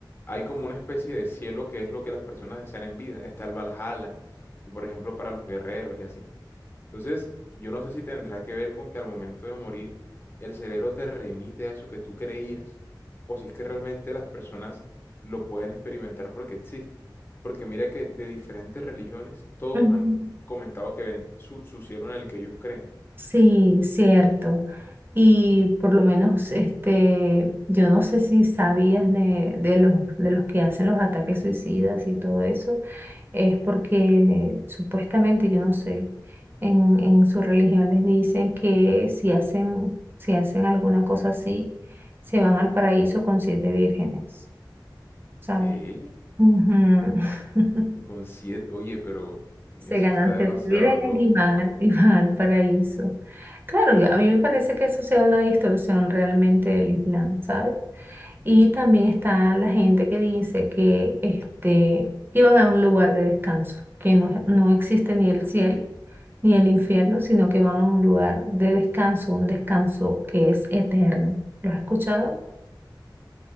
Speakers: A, on the left; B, on the right.
A: hay como una especie de cielo que es lo que las personas desean en vida, está el Valhalla, que por ejemplo para los guerreros y así. Entonces, yo no sé si tendrá que ver con que al momento de morir el cerebro te remite a eso que tú creías, o si es que realmente las personas lo pueden experimentar porque existe. Porque mira que de diferentes religiones todos
B: Ujú.
A: han comentado que ven su, su cielo en el que ellos creen.
B: Sí, cierto. Y por lo menos, este, yo no sé si sabías de, de los, de los que hacen los ataques suicidas y todo eso. es porque supuestamente, yo no sé, en, en su religión les dicen que si hacen, si hacen alguna cosa así, se van al paraíso con siete vírgenes, ¿sabes?
A: ¿Qué?
B: Ujú. <laughs>
A: Con siete... Oye, pero
B: Se
A: eso
B: ganan
A: está demasiado
B: siete vírgenes
A: loco.
B: y van, al- y van al paraíso. Claro, a mí me parece que eso sea una distorsión realmente del Islam, ¿sabes? Y también está la gente que dice que este, iban a un lugar de descanso, que no, no existe ni el cielo ni el infierno, sino que van a un lugar de descanso, un descanso que es eterno. ¿Lo has escuchado?